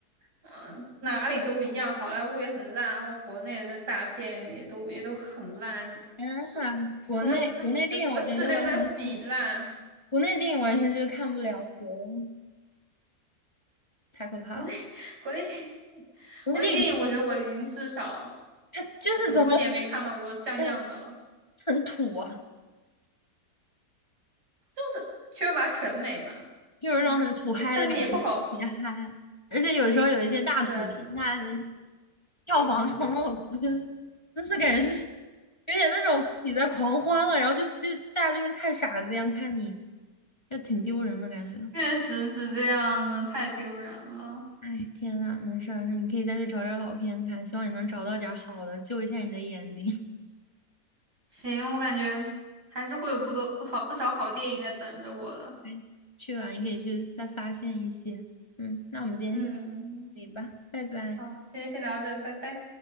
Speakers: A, on the right (about 85°); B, on the left (about 15°).
A: 嗯、呃哪里都一样，好莱坞也很烂，然后国内的大片也都也都很烂，就
B: 天呐，
A: 是整个整个世界都在比烂。
B: 国内国内电影我觉得完全是。国内的电影完全就是看不了，我觉得太可怕了。
A: 国内 <laughs> 国内电影，
B: 国内电影就是
A: 国内电影，我觉得我已经至少
B: 它就是怎么
A: 很多年没看到过像样的了，
B: 哎很土啊，
A: 就是缺乏审美嘛。
B: 就有一种很土嗨的感觉，
A: 哎，但但是也不好，
B: 特别嗨。而且有时候有一些大土片，
A: 是啊，
B: 它票房冲我靠，就是就是感觉就是有点那种自己在狂欢了，然后就就大家就跟看傻子一样看你，就挺丢人的感觉。
A: 确实是这样的，太丢人了。
B: 哎，天呐，没事儿，那你可以再去找点儿老片看，希望你能找到点儿好的，救一下你的眼睛。
A: 行，我感觉还是会有不多不好不少好电影在等着我的。
B: 对，去吧，你可以去再发现一些。嗯，那我们今天先到
A: 嗯，嗯嗯
B: 这里吧，拜拜。
A: 好，今天先聊这，拜拜。